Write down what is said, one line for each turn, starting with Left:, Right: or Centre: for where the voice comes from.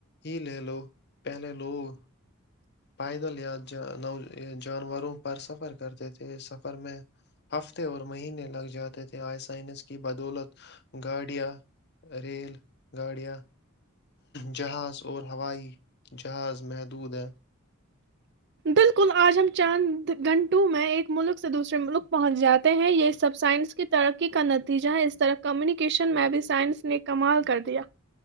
Left: ہی لے لو پہلے لوگ پائیدل یا جانوروں پر سفر کرتے تھے سفر میں ہفتے اور مہینے لگ جاتے تھے آئسائنس کی بدولت گاڑیاں ریل گاڑیاں جہاز اور ہوائی جہاز محدود ہے
Right: بالکل آج ہم چند گھنٹوں میں ایک ملک سے دوسرے ملک پہنچ جاتے ہیں یہ سب سائنس کی ترقی کا نتیجہ ہے اس طرح کمیونیکیشن میں بھی سائنس نے کمال کر دیا